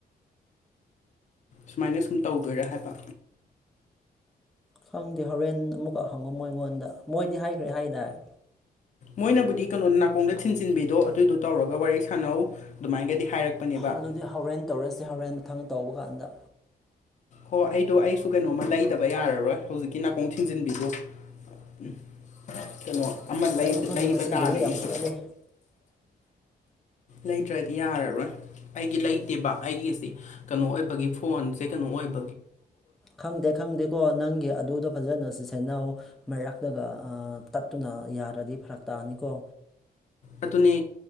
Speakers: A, on the left; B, in the centre.
A: ꯁꯨꯃꯥꯏꯅ ꯁꯨꯝ ꯇꯧꯗꯣꯏꯔꯥ ꯍꯥꯏꯕ
B: ꯈꯪꯗꯦ ꯍꯣꯔꯦꯟ ꯑꯃꯨꯛꯀꯛ ꯍꯪꯉꯣ ꯃꯣꯏ ꯑꯩꯉꯣꯟꯗ ꯃꯣꯏꯗꯤ ꯍꯥꯏꯈ꯭ꯔꯦ ꯍꯥꯏꯗꯥꯏ
A: ꯃꯣꯏꯅꯕꯨꯗꯤ ꯀꯩꯅꯣ ꯅꯥꯀꯣꯡꯗ ꯊꯤꯟꯖꯤꯟꯕꯤꯗꯣ ꯑꯗꯨꯗꯨꯣ ꯇꯧꯔꯒ ꯋꯥꯔꯤ ꯁꯥꯟꯅꯧ ꯑꯗꯨꯃꯥꯏꯅꯒꯗꯤ ꯍꯥꯏꯔꯛꯄꯅꯦꯕ
B: ꯑꯗꯨꯗꯤ ꯍꯣꯔꯦꯟ ꯇꯧꯔꯁꯤ ꯍꯣꯔꯦꯟ ꯃꯊꯪ ꯇꯧꯕ ꯀꯥꯟꯗ
A: ꯍꯣꯏ ꯑꯩꯗꯣ ꯑꯩꯁꯨ ꯀꯩꯅꯣꯝꯃ ꯂꯩꯗꯕ ꯌꯥꯔꯔꯣꯏ ꯍꯧꯖꯤꯛꯀꯤ ꯅꯥꯀꯣꯡ ꯊꯤꯡꯖꯤꯟꯕꯤꯗꯣ ꯎꯝ ꯀꯩꯅꯣ ꯑꯃ ꯂꯩꯕ
B: ꯀꯩꯅꯣ ꯈꯪꯗꯦ ꯉꯁꯤ
A: ꯇꯥꯔꯦ
B: ꯒꯥꯔꯤ
A: ꯑꯩꯁꯨꯦ
B: ꯌꯥꯝ ꯆꯦꯜꯂꯦ
A: ꯂꯩꯇ꯭ꯔꯗꯤ ꯌꯥꯔꯔꯣꯏ ꯑꯩꯒꯤ ꯂꯩꯇꯦꯕ ꯑꯩꯒꯤꯁꯤꯦ ꯀꯩꯅꯣ ꯑꯣꯏꯕꯒꯤ ꯐꯣꯟꯁꯦ ꯀꯩꯅꯣ ꯑꯣꯏꯕ
B: ꯈꯪꯗꯦ ꯈꯪꯗꯦꯀꯣ ꯅꯪꯒꯤ ꯑꯗꯨꯗꯣ ꯐꯖꯅ ꯁꯤ ꯁꯅꯥꯧ ꯃꯩꯔꯛꯂꯒ ꯇꯠꯇꯨꯅ ꯌꯥꯔꯗꯤ ꯐꯔꯛ ꯇꯥꯑꯅꯤꯀꯣ
A: ꯑꯗꯨꯅꯦ